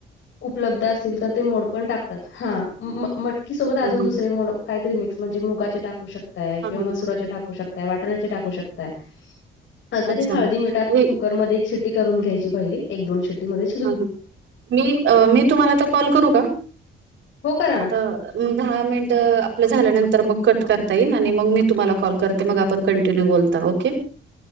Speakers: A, on the left (about 70°); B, on the right (about 70°).
A: उपलब्ध असतील तर, ते मोड पण टाक हा, म मटकीसोबत
B: हम्म
A: आजून दुसरे मोड काहीतरी मिक्स म्हणजे मुगाचे टाकू टाकू शकताय,
B: हा
A: किंवा
B: हा
A: मसुराचे टाकू शकताय, वाटण्याचे टाकू शकताय हा, तरी
B: अच्छा
A: हळदी मिठात
B: मी
A: कुकरमध्ये एक शिटी करून घ्यायची पाहिली, एक दोन शिटीमध्ये
B: हा, हा, मी अ, मी तुम्हाला आता कॉल करू का?
A: हो करा ना.
B: आता म दहा मिनिटं आपलं झाल्यानंतर मग कट करता येईल, आणि मग मी तुम्हाला कॉल कर त मग आपण कंटिन्यू बोलता ओके.